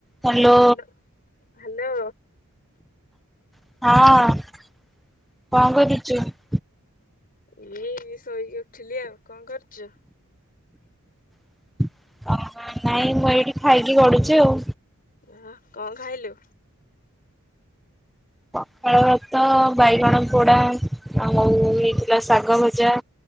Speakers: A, in the centre; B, on the left (about 40°).
A: Hello
B: hello hello.
A: ହଁ କଣ କରୁଚୁ?
B: ଇଏ ଶୋଇକି ଉଠିଲି ଆଉ କଣ କରୁଚୁ?
A: <unintelligible> ନାଇଁ ମୁଁ ଏଇଠି ଖାଇକି ଗଢୁଚି ଆଉ।
B: ଆଁ କଣ ଖାଇଲୁ?
A: ପଖାଳ ଭାତ, ବାଇଗଣ ପୋଡ଼ା ଆଉ ଓଉ ଉ ହେଇଥିଲା ଶାଗ ଭଜା।